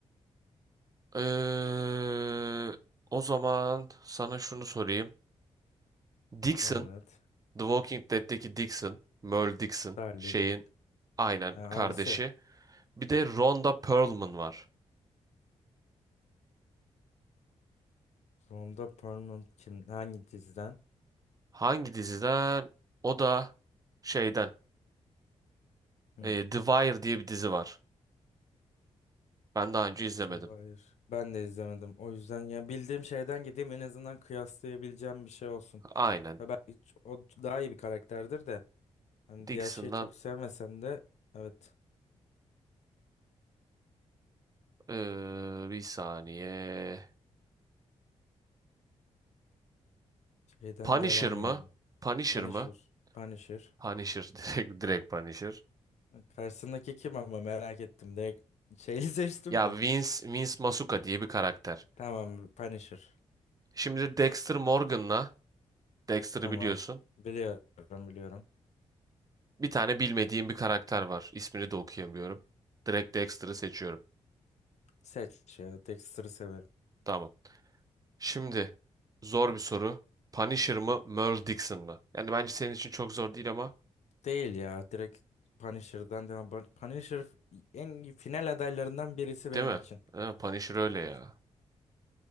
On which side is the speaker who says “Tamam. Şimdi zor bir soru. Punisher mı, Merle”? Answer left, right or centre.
Right